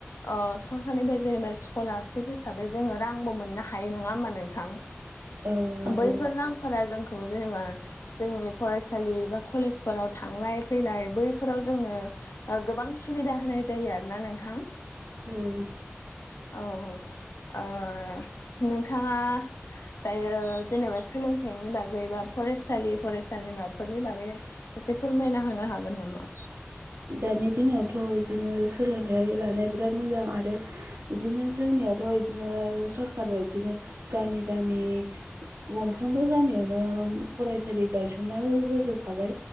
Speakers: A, on the left (about 85°); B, on the right (about 65°).
A: ओ सं खारनिफ्राय जेनेबा स्कलारशिप हिसाबै जोङो रांबो मोननो हायो नङा होमबा नोंथां
B: औ नंगौ
A: बैफोर रांफोरा जोंखौ जेनेबा जोंनि फरायसालि बा कलेजफोराव थांलाय फैलाय बैफोराव जोंनो गोबां सुबिदा होनाय जायो आरोना नोंथां थां
B: औ
A: औ ओ नोंथाङा दायो जेनेबा सोलोंथाइनि बागै बा फरायसालि फरायसालिमाफोरनि बागै एसे फोरमायना होनो हागोन नामा
B: दानि दिनावथ' बिदिनो सोलोंथाइ लानाया बिराद मोजां आरो इदिनो जोंनिया दाथ' इदिनो सरखारा इदिनो गामि गामि गंफ्रोमबो गामियावनो फरायसालि गायसनना हो होजोबखाबाय